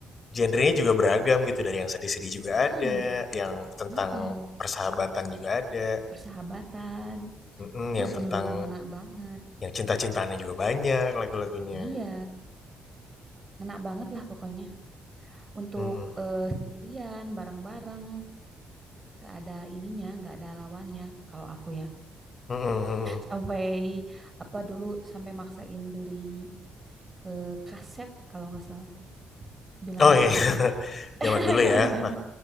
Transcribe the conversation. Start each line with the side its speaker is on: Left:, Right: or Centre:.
Left: genrenya juga beragam gitu, dari yang sedih-sedih juga
Right: Mm-mm,
Left: ada, yang tentang
Right: mm-mm.
Left: persahabatan juga ada,
Right: Persahabatan
Left: mhm,
Right: tuh
Left: yang
Right: bener-bener
Left: tentang
Right: ngena banget.
Left: yang cinta-cintaannya juga banyak lagu-lagunya.
Right: Iya, ngena banget lah pokoknya. Untuk
Left: Mhm,
Right: eh, sendirian, bareng-bareng. nggak ada ininya nggak ada lawannya kalau aku ya
Left: mhm mhm.
Right: sampai apa dulu sampai maksain beli eh, kaset kalau nggak salah bilangnya
Left: Oh, iya. <laughs>
Right: <laughs>
Left: Zaman dulu ya. Wah,